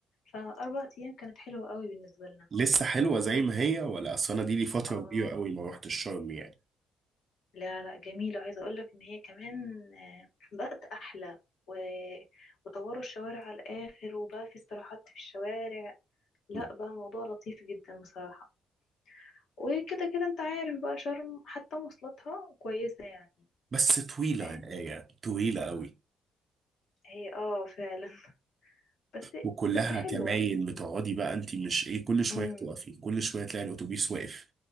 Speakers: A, on the left; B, on the right.
A: فأربع أيام كانت حلوة قوي بالنسبة لنا
B: لسه حلوه زي ما هي ولا اصل انا دي لي فتره
A: اه
B: كبيره قوي ما رحتش شرم يعني
A: لا لا جميلة عايزة أقولك إن هي كمان آه، بقت أحلى و... وطوروا الشوارع على الآخر وبقى في استراحات في الشوارع لا
B: مم.
A: بقى الموضوع لطيف جدا بصراحة وكده كده انت عارف بقى شرم حتى مواصلاتها كويسة يعني
B: بس طويله
A: فاهم
B: يا ايه طويله قوي
A: هي اه فعلا <laughs> بس
B: وكلها
A: بس حلوة
B: كماين بتقعدي بقى انت مش ايه كل شويه
A: امم
B: تقفي كل شويه تلاقي الاتوبيس واقف